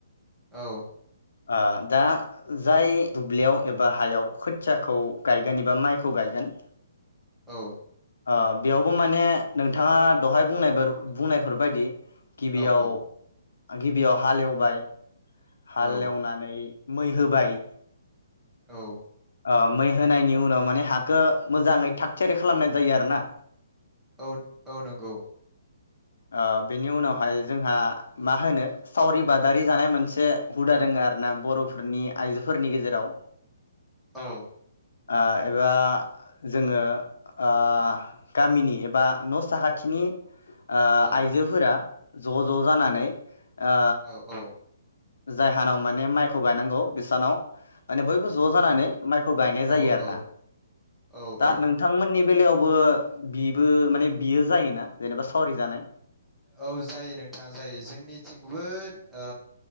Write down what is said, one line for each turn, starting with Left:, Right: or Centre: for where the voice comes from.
Centre: औ
Left: ओ दा जाय दुब्लियाव एबा हायाव खोथियाखौ गायगोन एबा माइखौ गायगोन
Centre: औ
Left: ओ बेयावबो माइ माने नोंथाङा दहाय बुंनायफोर बुंनायफोर बायदि गिबियाव
Centre: औ औ
Left: गिबियाव हाल एवबाय हाल
Centre: औ
Left: एवनानै मै होबाय
Centre: औ
Left: ओ मै होनायनि उनाव माने हाखौ मोजाङै थाग थियारि खालामनाय जायो आरो ना।
Centre: औ औ नंगौ
Left: ओ बेनि उनावहाय जोंहा मा होनो सावरि बादारि जानाय मोनसे मोनसे हुदा दङो आ रोना बर'फोरनि आइजोफोरनि गेजेराव
Centre: औ
Left: ओ एबा जोङो ओ गामिनि एबा न' साखाथिनि ओ
Centre: औ औ
Left: आइजोफोरा ज' ज' जानानै ओ
Centre: औ औ
Left: जायहानाव माने माइखौ गायनांगौ बिसानाव माने बयबो ज' जानानै माइखौ गायनाय
Centre: औ
Left: जायो आरो
Centre: औ
Left: ना।
Centre: औ
Left: दा
Centre: औ
Left: नोंथांमोननि बेलायावबो बिबो माने बियो जायोना जेनेबा सावरायजानाय।
Centre: औ जायो नोंथाङा जायो जोंनिथिंबो ओ